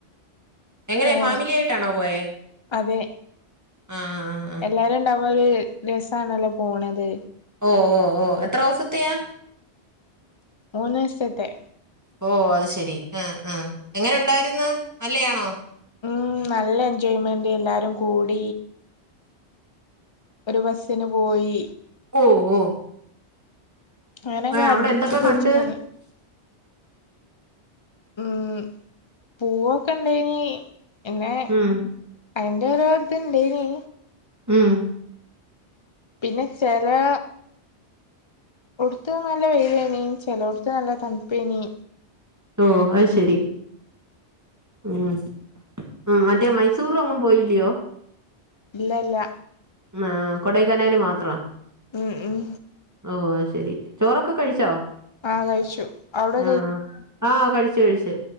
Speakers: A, on the right; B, on the left.
A: എങ്ങനെ
B: ഏഹ്
A: ഫാമിലി ആയിട്ടാണോ പോയേ
B: അതെ
A: ആ ആ ആ
B: എല്ലാരും ഇണ്ടാവുമ്പൊ ഒരു രസാണല്ലോ പോണത്
A: ഓ ഓ ഓ എത്രൊവസത്തെയാ
B: മൂന്ന്സത്തെ
A: ഓ അത് ശെരി ആഹ് ആഹ് എങ്ങനെ ഉണ്ടായിരുന്ന് നല്ലയാണോ
B: ഉം നല്ല എൻജോയ്മെന്റ് എല്ലാരും കൂടി ഒരു ബസിന് പോയി
A: ഓഹ് ഓഹ്
B: അങ്ങനൊക്കെ
A: അവിടെ
B: അടിച്ചു
A: എന്തൊക്കെ
B: പൊളിച്ചു
A: കണ്ട്
B: പോന്ന് ഉം പൂവൊക്കെ ഇണ്ടെയ്നി എന്നെ
A: ഉം
B: അയിന്റെ ഓരോര്ത് ഇണ്ടേനി
A: ഉം
B: പിന്നെ ചെലാ ടുത്ത് നല്ല വെയിലേനി ചെലോടത്ത് നല്ല തണുപ്പേനീ
A: ഓ അത് ശെരി ഉം ഉം മറ്റേ മൈസൂറെങ്ങും പോയില്ലയോ
B: ഇല്ല ല്ല
A: ആഹ് കൊടൈക്കനാല് മാത്രവ
B: ഉം ഉം
A: ഓ അത് ശെരി ചോറൊക്കെ കഴിച്ചോ
B: ആ കഴിച്ചു അവിടെ
A: ആഹ് ആഹ് കഴിച്ചു കഴിച്ച്